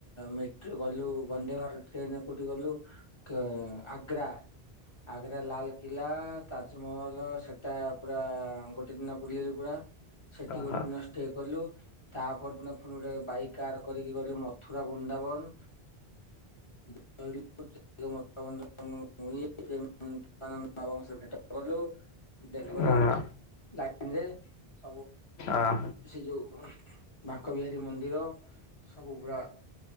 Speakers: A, on the left; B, on the left.
A: ମେଟ୍ରୋ ଗଲୁ ବନ୍ଦେ ଭାରତ୍ ଟ୍ରେନ୍ କୋଉଠି ଗଲୁ କେ ଆ ଗ୍ରା ଆଗ୍ରା ଲାଲ୍ କି ଲା ତାଜ୍ ମହଲ ସେଟା ପୁରା ଗୋଟେ ଦିନ ବୁଲିଲୁ ପୁରା। ସେଠି ଗୋଟେ
B: ହଁ ହଁ ହଁ
A: ଦିନ ଷ୍ଟେ କଲୁ ତା ପରଦିନ ପୁଣି ଗୋଟେ ବାଇକ୍ କାର୍ କରିକି ଗଲୁ ମଥୁରା ବୃନ୍ଦାବନ୍। <inaudible> ଙ୍କ ସହ ଭେଟ କଲୁ ଦେଖାକଲୁ।
B: ହଁ
A: ଲାଇନ୍ ରେ ସବୁ
B: ଆଁ
A: ସେଇ ଯୋଉ ବାଙ୍କ ବିହାରୀ ମନ୍ଦିର ସବୁ ପୁରା